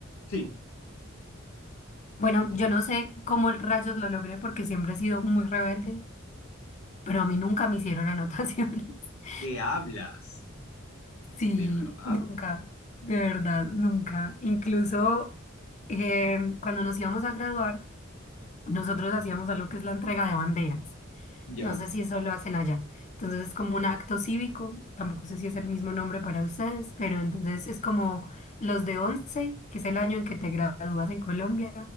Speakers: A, on the left (about 85°); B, on the left (about 35°).
A: Sí,
B: Bueno,
A: entonces,
B: yo no sé cómo rayos lo logré porque siempre he sido muy rebelde, pero a mí nunca me hicieron anotaciones. <laughs>
A: ¿qué hablas?
B: Sí,
A: ¿De verdad?
B: nunca, de verdad, nunca. Incluso eh, cuando nos íbamos a graduar, Nosotros hacíamos algo que es la entrega de banderas.
A: Ya.
B: No sé si eso lo hacen allá. Entonces es como un acto cívico. Tampoco sé si es el mismo nombre para ustedes, pero entonces es como los de 11, que es el año en que te gradúas en Colombia,